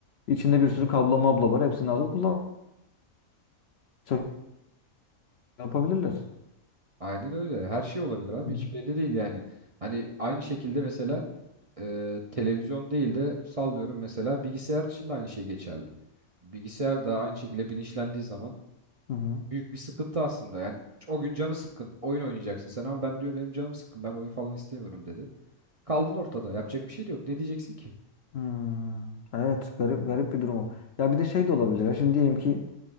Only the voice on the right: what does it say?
Aynen öyle. Her şey olabilir abi.
Hiç belli değil yani. Hani aynı şekilde mesela e, televizyon değil de sallıyorum mesela bilgisayar için de aynı şey geçerli. Bilgisayar da aynı şekilde bilinçlendiği zaman
büyük bir sıkıntı aslında. Yani o gün canı sıkkın. Oyun oynayacaksın sen ama ben diyor benim canım sıkkın. Ben oyun falan istemiyorum dedi. Kaldın ortada. Yapacak bir şey de yok. Ne diyeceksin ki?